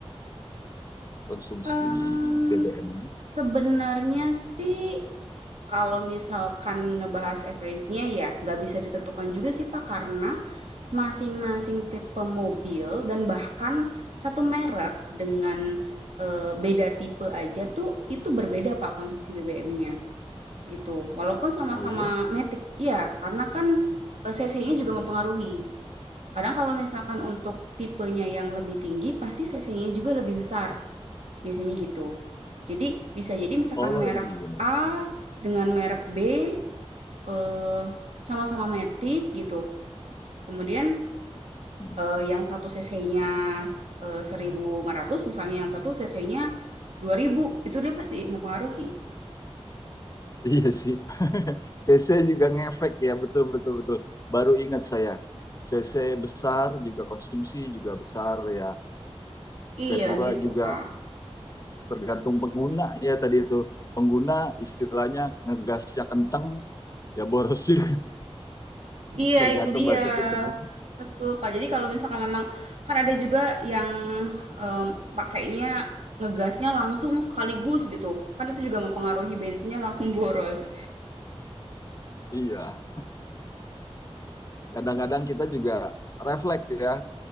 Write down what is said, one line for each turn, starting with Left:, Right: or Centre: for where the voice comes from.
Left: konsumsi
Right: Mmm,
Left: BBM-nya
Right: s sebenarnya sih kalau misalkan ngebahas average-nya ya nggak bisa ditentukan juga sih, Pak, karena masing-masing tipe mobil dan bahkan satu merek dengan, eee, beda tipe aja tuh itu berbeda, Pak, konsumsi BBM-nya gitu. Walaupun sama-sama
Left: oh iya
Right: matic iya, karena kan, eee, cc-nya juga mempengaruhi. Kadang kalau misalkan untuk tipenya yang lebih tinggi pasti cc-nya juga lebih besar, biasanya gitu. Jadi bisa jadi misalkan
Left: oh
Right: merek
Left: iya iya.
Right: A dengan merek B, eee, sama-sama matic gitu, kemudian,
Left: Hmm.
Right: eee, yang satu cc-nya, eh, seribu eee, ratus misalnya, yang satu cc-nya dua ribu itu dia pasti mempengaruhi.
Left: Iya sih. <laughs> CC juga ngefek ya, betul betul betul. Baru ingat saya. CC besar juga konsumsi juga besar ya.
Right: Iya
Left: Kedua
Right: gitu,
Left: juga
Right: pak.
Left: tergantung pengguna ya tadi itu. Pengguna istilahnya ngegasnya kenceng ya boros sih
Right: Iya
Left: <laughs> tergantung
Right: itu dia.
Left: bahasa kita.
Right: Betul, Pak. Jadi kalau misalkan memang kan ada juga yang, mmm, pakainya ngegasnya langsung sekaligus gitu, kan itu juga mempengaruhi bensinnya langsung boros.
Left: Iya. Kadang-kadang kita juga refleks ya